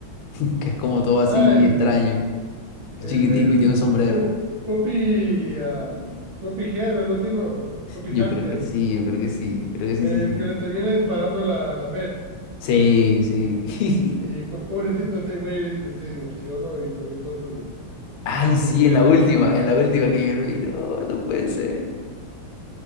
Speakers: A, on the left; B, on the right.
A: <laughs> que es como todo así
B: Ah, el,
A: extraño,
B: el,
A: chiquitico
B: el
A: y tiene un sombrero.
B: pu- Puppy, am, Puppy Head, algo así, ¿no? Puppy
A: Yo
B: Hathead.
A: creo que sí, yo creo que sí, creo que sí,
B: El
A: sí, sí.
B: que le termina disparando la, la Beth.
A: Sí, sí. <laughs>
B: Y po- pobrecito ese güey se divorció, ¿no? Y perdió toda su,
A: Ay,
B: su familia.
A: sí, en la última, en la última que yo lo vi. No, no puede ser.